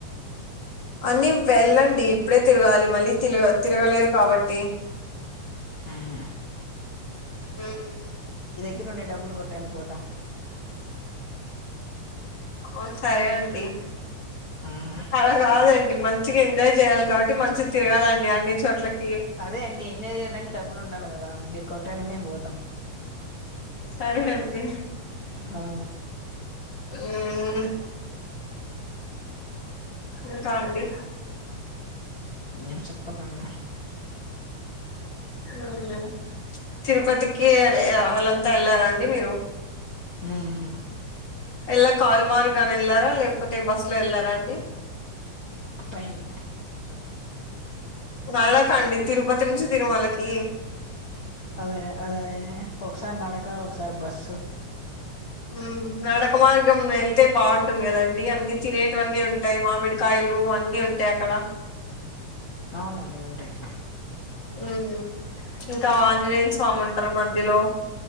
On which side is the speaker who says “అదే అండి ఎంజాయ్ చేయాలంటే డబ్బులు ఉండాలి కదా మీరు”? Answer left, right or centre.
Left